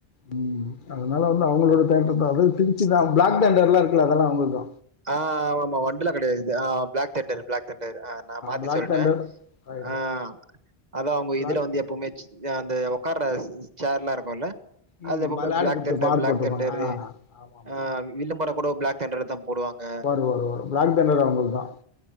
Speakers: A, on the left (about 50°); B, on the right (about 40°).
A: ம் அதனால வந்து அவங்களோட தேட்டர்தா அது திருச்சிதா பிளாக் ண்டர் எல்லா இருக்குல்ல அதெல்லா அவங்கல்துத
B: ஆ ஆமாமா ஒண்டல கடையாது இது ஆ பிலாக்தென்டர் பிலாக் தண்டர் ஆ நா மாத்தி
A: பிளாக்
B: சொல்ட்ட
A: தண்டர் ரைட்டு
B: ஆ அதா அவங்க
A: பிளாக்
B: இதுல வந்து எப்பவுமே அ அந்த உக்கார்ற சேர்லா இருக்குல்ல
A: ம்
B: அது எப்ப
A: விளையாடு
B: பார் பிளாக்
A: கொடுத்துருப்பான்
B: தெண்டர்
A: ஆர்
B: பிளாக்
A: போட்டிருப்பாங்க
B: தெண்டரு
A: ஆ ஆமாம் ஆமாம்
B: ஆ விலம்பற கூட பிளாக் தண்டர் தா போடுவாங்க
A: ஒரு ஒரு பிளாக் தன்டர் அவங்களு தா